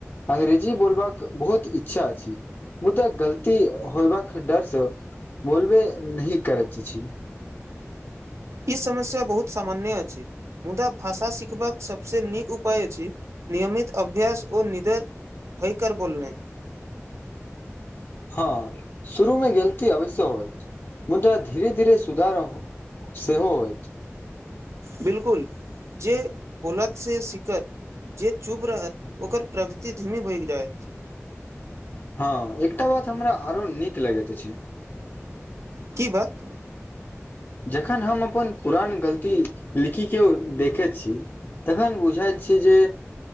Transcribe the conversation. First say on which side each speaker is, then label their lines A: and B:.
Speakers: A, on the left (about 45°); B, on the right (about 70°).
A: अंग्रेजी बोलबाक बहुत इच्छा अछि मुदा गलती होयबाक डरसँ बोलबे नही करैत अछि
B: ई समस्या बहुत सामान्य अछि मुदा भाषा सिखबाक सभसँ नीक उपाय अछि नियमित अभ्यास ओ निडर होयक बोलनाई
A: हँ शुरू मे गलती अवश्य हो मुदा धीरे धीरे सुधार सेहो होइत
B: बिलकुल जे बोलत से सिखत जे चुप रहत ओकर प्रगति धीमी भागि जायत
A: हँ एकटा बात हमरा आरो नीक लगैत अछि
B: की बात
A: जखन हम अपन पुरान गलती लिखिक कयो देखैत छी तखन बुझाइत छै जे